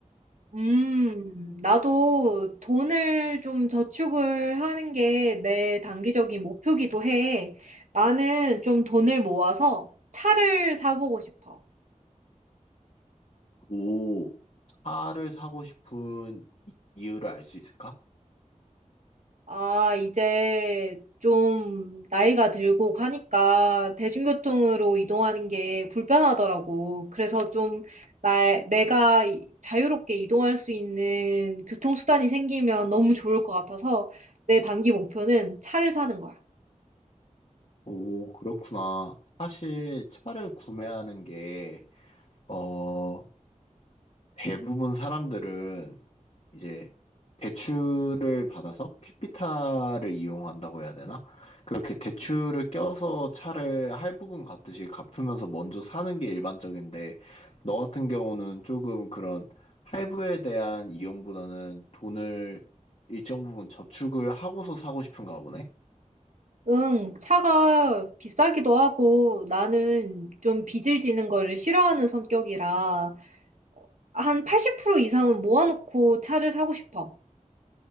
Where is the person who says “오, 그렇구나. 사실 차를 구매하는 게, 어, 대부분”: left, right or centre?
Left